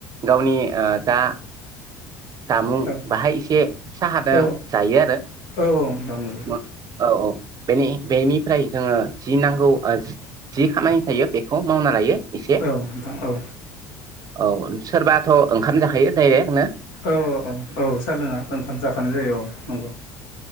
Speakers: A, on the right; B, on the left.
A: गावनि ओ जा जामुं
B: औ
A: बाहाय एसे साहादों
B: औ
A: जायो आरो
B: औ नोंथां नंगौ
A: मो औ औ बेनि बेनि ओइ जोंङो जि नांगौ ओ जि खामानि थायो बेखौ मावना लायो एसे
B: औ नोंथां औ
A: औ सोरबाथ ओंखाम जाखायो डाइरेक्ट नो
B: औ औ औ सा लोंङा ओंखाम जाखानाय जायो औ नंगौ